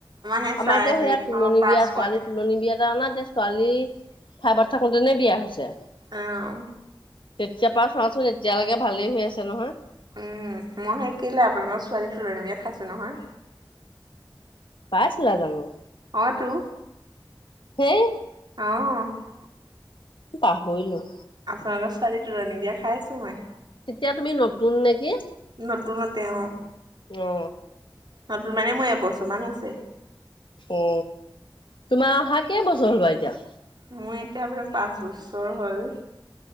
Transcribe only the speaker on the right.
সেই
চাৰে
চাৰিশ
পাঁচশ
অ'।
আহ।
উম মই সেই কেলে আপোনালোকৰ ছোৱালী তুলনী বিয়া খাইছো নহয়।
অ তু
অ।
আপোনালোকৰ ছোৱালী তোলনি বিয়া খাই আছো মই।
নতুনতে অ'।
নতুন মানে মই এবছৰমান হৈছে।
মোৰ এতিয়া প্ৰায় পাঁচ বছৰ হ'ল।